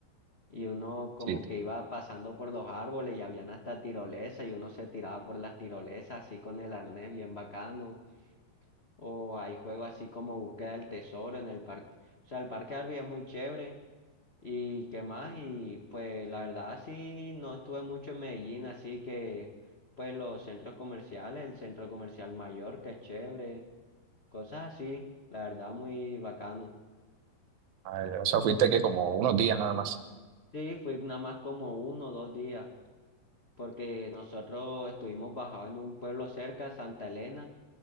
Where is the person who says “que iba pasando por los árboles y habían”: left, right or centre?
Left